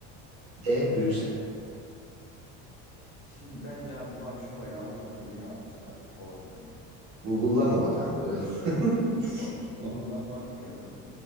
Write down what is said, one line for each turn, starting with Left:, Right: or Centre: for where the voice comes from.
Right: D. Brüksel.
Left: Şimdi bence abi Varşova'yı Avrupa Birliği'ne almışlardır Polonya'yı.
Right: Google'lama bak abi. <laughs>
Left: Yok. Google'dan bakmıyorum.